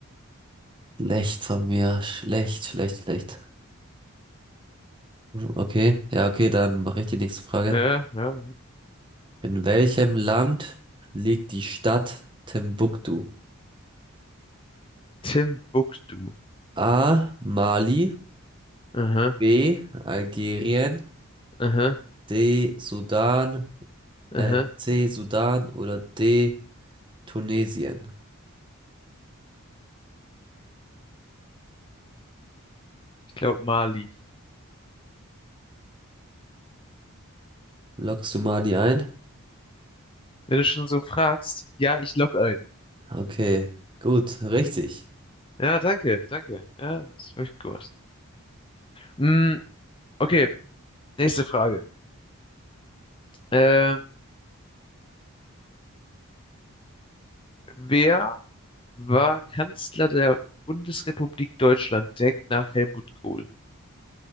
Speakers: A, on the right; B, on the left.
A: Schlecht von mir. Schlecht, schlecht, schlecht. Okay, ja, okay, dann mache ich die nächste Frage.
B: Ja, ja. ja.
A: In welchem Land liegt die Stadt Timbuktu?
B: Timbuktu.
A: A. Mali.
B: Aha,
A: B. Algerien.
B: aha,
A: D. Sudan. Äh,
B: aha.
A: C, Sudan oder D, Tunesien.
B: Ich glaube Mali.
A: Loggst du Mali ein?
B: Wenn du schon so fragst, ja, ich log ein.
A: Okay, gut, richtig.
B: Ja, danke, danke. Ja, das habe ich gewusst. Mm, okay, nächste Frage. Ähm, wer war Kanzler der Bundesrepublik Deutschland direkt nach Helmut Kohl?